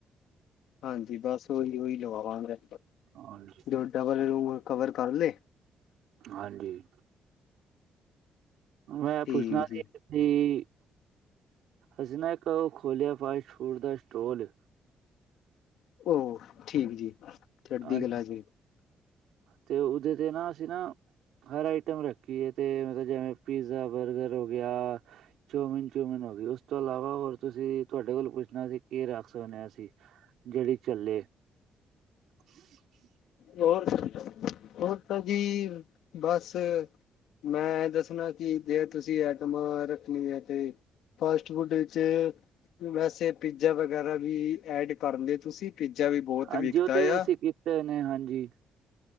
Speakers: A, on the left; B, on the right.
A: ਹਾਂਜੀ, ਬਸ ਓਹੀ-ਓਹੀ ਲਵਾਵਾਂਗੇ,
B: ਹਾਂਜੀ
A: ਜੋ ਡਬਲ ਰੂਮ ਕਵਰ ਕਰਲੇ।
B: ਹਾਂਜੀ। ਮੈਂ,
A: ਠੀਕ
B: ਪੁੱਛਣਾ
A: ਜੀ
B: ਸੀ ਤੇ, ਅਸੀੇ ਨਾ ਇੱਕ ਉਹ ਖੋਲਿਆ ਫਾਸਟ-ਫੂਡ ਦਾ ਸਟੋਲ
A: ਓ, ਠੀਕ ਜੀ। ਚੜ੍ਹਦੀ
B: ਹਾਂ
A: <inaudible>
B: ਤੇ, ਉਹਦੇ ਤੇ ਨਾ, ਅਸੀਂ ਨਾ ਹਰ ਆਈਟਮ ਰੱਖੀਏ, ਅਤੇ ਮਤਲਬ ਜਿਵੇਂ ਪੀਜ਼ਾ, ਬਰਗਰ ਹੋਗਿਆ। ਚੋਮਿਨ-ਚੁਮੀਨ ਹੋ ਗਈ, ਉਸ ਤੋਂ ਇਲਾਵਾ ਹੋਰ ਤੁਸੀਂ, ਤੁਹਾਡੇ ਕੋਲ ਪੁੱਛਣਾ ਸੀ, ਕੇ ਰੱਖ ਸਕਨੇ ਹਾਂ ਅਸੀ। ਜਿਹੜੀ ਚੱਲੇ। <inaudible>
A: ਹੋਰ, ਹੋਰ ਤਾਂ ਜੀ, ਬਸ ਮੈਂ ਦੱਸਣਾ ਕਿ, ਜੇ ਤੁਸੀਂ ਆਈਟਮ ਰੱਖਣੀਆਂ ਤੇ ਫਾਸਟ-ਫੂਡ ਵਿੱਚ, ਵੈਸੇ ਪੀਜ਼ਾ ਵਗੈਰਾ ਵੀ ਐਡ ਕਰਲੇ ਤੁਸੀ? ਪੀਜ਼ਾ ਵੀ, ਬਹੁਤ
B: ਹਾਂਜੀ
A: ਵਿਕਦਾ
B: ਉਹ
A: ਯਾ।
B: ਅਸੀਂ ਤੇ, ਨੇ ਹਾਂਜੀ।